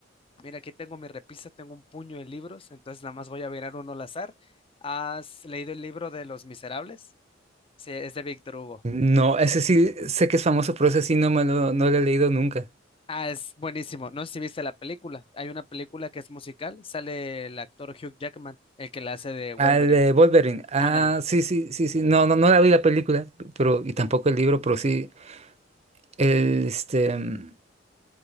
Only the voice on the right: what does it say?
No, ese sí, sé que es famoso, pero ese sí no me lo, no lo he leído nunca.
Al de Wolverine. Ah,
sí, sí, sí, sí. No, no, no la vi la película, pero, y tampoco el libro, pero sí. El, este. mm,